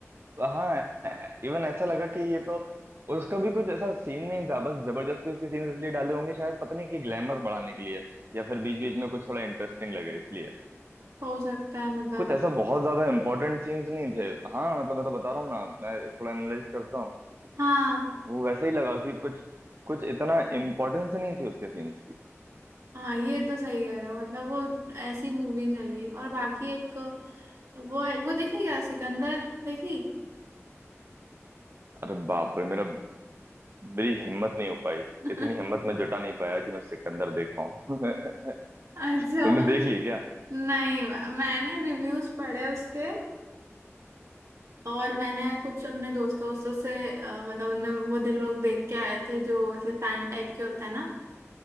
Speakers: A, on the right; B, on the right.
A: हाँ इवन ऐसा लगा कि ये तो और उसका भी कुछ ऐसा सीन नहीं था बस जबरदस्ती उसके सीन इसलिए डाले होंगे शायद पता नहीं कि ग्लैमर बढ़ाने के लिए या फिर बीच बीच में कुछ थोड़ा इंटरेस्टिंग लगे इसलिए
B: हो सकता है मतलब
A: कुछ ऐसा बहुत ज्यादा इंपॉर्टेंट सीन्स नहीं थे हाँ मतलब मैं तो बता रहा हूँ ना मैं थोड़ा एनालाइज करता हूँ
B: हाँ
A: वो वैसे ही लगा कि कुछ कुछ इतना इम्पोर्टेंस नहीं थी उसके सीन्स की
B: हाँ ये तो सही कह रहे हो मतलब वो ऐसी मूवी चल गई और बाकी एक वो आई- वो देखी क्या सिकंदर देखी
A: अरे बाप रे मेरा मेरी हिम्मत नहीं हो पाई
B: <laughs>
A: इतनी हिम्मत मैं जुटा नहीं पाया कि मैं सिकंदर देख पाऊँ <laughs>
B: अच्छा
A: तुमने देख ली क्या
B: नहीं मैंने रिव्यूज पढ़े उसके और मैंने कुछ अपने दोस्तों दोस्तों से अ, मतलब उनने वो दे लोग देख के आए थे जो ऐसे फैन टाइप के होते हैं ना